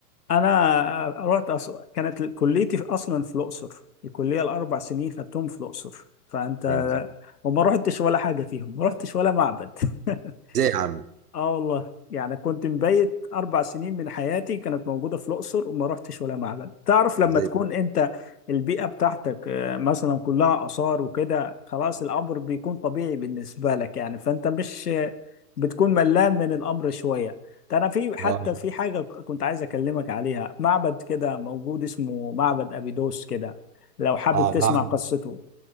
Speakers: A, on the left; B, on the right.
A: انا رحت أص... كانت كليتي في- اصلا في الاقصر الكليه الاربع سنين خدتهم في الاقصر فانت
B: جميل
A: وما رحتش ولا حاجه فيهم ما رحتش ولا معبد <laughs>
B: ازاي يا عم
A: اه والله يعني كنت مبيت اربع سنين من حياتي كانت موجوده في الاقصر وما رحتش ولا معبد تعرف لما
B: ازاي
A: تكون انت البيئه بتاعتك آه، مثلا كلها اثار وكده خلاص الامر بيكون طبيعي بالنسبه لك يعني فانت مش آه، بتكون ملان من الامر شويه ده انا في حتى
B: اه
A: في حاجه كنت عايز اكلمك عليها معبد كده موجود اسمه معبد ابيدوس كده لو حابب
B: اه
A: تسمع
B: معبد
A: قصته